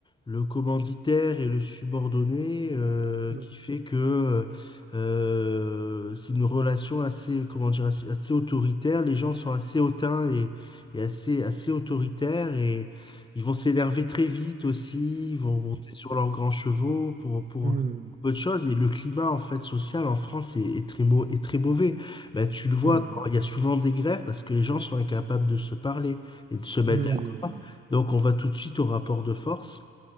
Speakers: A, on the left; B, on the right.
A: le commanditaire et le subordonné euh,
B: Hmm,
A: qui fait que euh, c'est une relation assez, comment dire, assez, assez autoritaire. Les gens sont assez hautains et, et assez, assez autoritaires et ils vont s'énerver très vite aussi, ils vont monter sur leurs grands chevaux pour, pour
B: hmm,
A: peu de choses et le climat en fait social en France est, est très mau- est très mauvais. Bah, tu le vois,
B: hmm,
A: quand il y a souvent des grèves parce que les gens sont incapables de se parler et de se mettre
B: hmm,
A: d'accord.
B: hmm.
A: Donc on va tout de suite au rapport de force.